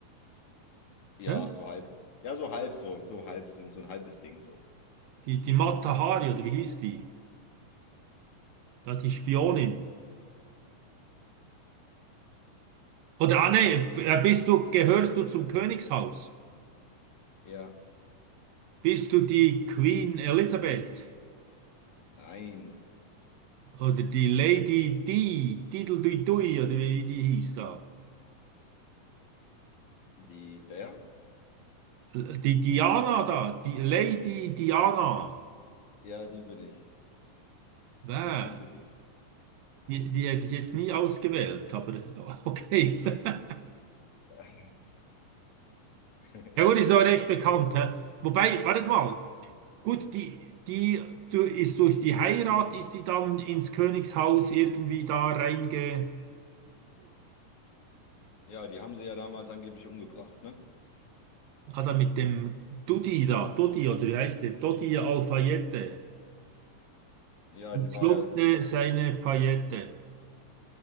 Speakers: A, on the left; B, on the right.
A: Ja,
B: Hä?
A: so halb. Ja, so halb so, so halb so, so ein halbes Ding so.
B: Die, die Mata Hari, oder wie hieß die? Da die Spionin. Oder, ah, nee, äh, bist du, gehörst du zum Königshaus?
A: Ja,
B: Bist du die Queen Elizabeth
A: nein.
B: oder die Lady Di, Diddledui oder wie die hieß da?
A: Die wer?
B: Die Diana da, die Lady Diana.
A: Ja, die bin ich.
B: Wer?
A: Die bin
B: Die, die hätte ich jetzt nie ausgewählt, aber okay. <laughs>
A: ich. <laughs>
B: Ja gut, ist doch recht bekannt. Hä? Wobei, warte mal. Gut, die, die du, ist durch die Heirat, ist die dann ins Königshaus irgendwie da reingeflutscht.
A: Ja, die haben sie ja damals angeblich umgebracht, ne?
B: Ah, da mit dem Dudi da, Dudi oder wie heißt der? Dodi Alfayette
A: Ja,
B: und
A: die war
B: schluckte
A: ja,
B: seine Paillette.